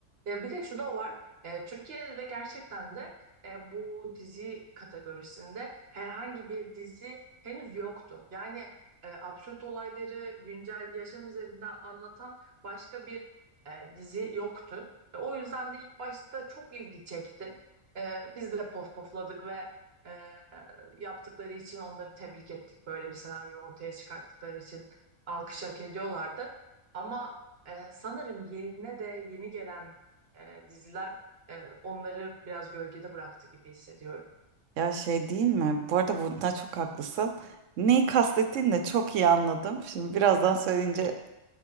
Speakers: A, on the right; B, on the right.
A: E, bir de şu da var. E, Türkiye'de de gerçekten de e, bu dizi kategorisinde herhangi bir dizi henüz yoktu. Yani e, absürt olayları güncel yaşam üzerinden anlatan başka bir e, dizi yoktu. E, o yüzden de ilk başta çok ilgi çekti. E, biz de pof pofladık ve e, e, yaptıkları için onları tebrik ettik. Böyle bir senaryo ortaya çıkarttıkları için alkış hak ediyorlardı. Ama ee, sanırım yerine de yeni gelen e, diziler e, onları biraz gölgede bıraktı gibi hissediyorum.
B: Ya şey değil mi? Bu arada bunda çok haklısın. Neyi kastettiğini de çok iyi anladım. Şimdi birazdan söyleyince